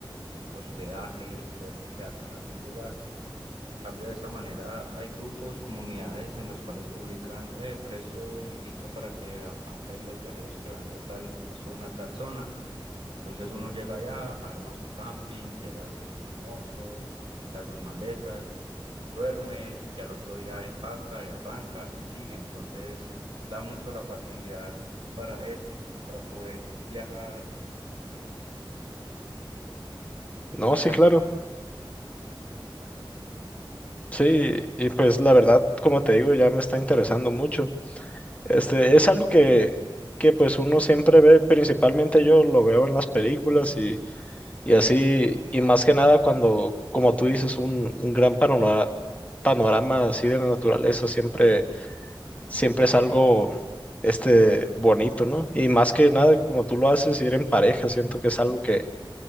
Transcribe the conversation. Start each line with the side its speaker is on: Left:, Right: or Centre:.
Right: el hospedaje, el poder de quedarse en algún lugar. En cambio, de esta manera hay grupos, comunidades en las cuales publican, eh, presto mi finca para que acampen los viajeros que van de tal zona a tal zona. Entonces uno llega allá, arma su camping, llega con su moto, quita sus maletas duerme, y al otro día empaca y arranca y sigue. Entonces da mucho la facilidad para esto, para poder viajar
Left: No,
Right: largas.
Left: sí, claro. Sí, y pues la verdad, como te digo, ya me está interesando mucho. Este, es algo que, que pues uno siempre ve, principalmente yo lo veo en las películas y, y así, y más que nada cuando, como tú dices, un, un gran panorama, panorama así de la naturaleza siempre, siempre es algo este, bonito, ¿no? Y más que nada, como tú lo haces, ir en pareja, siento que es algo que,